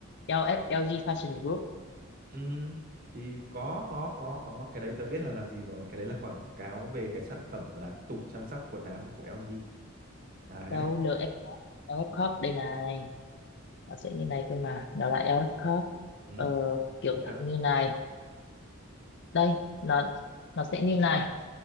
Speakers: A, on the left (about 55°); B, on the right (about 45°).
A: LF LG Fashion Group
B: ừ, thì có có có có cái đấy tớ biết là làm gì rồi cái đấy là quảng cáo về cái sản phẩm là tủ chăm sóc quần áo của LG đấy
A: đâu LF Corp LF Corp đây này nó sẽ như này cơ mà nó là LF Corp
B: Ừ,
A: ờ, kiểu
B: đúng
A: dạng
B: chưa?
A: như này đây nó nó sẽ như này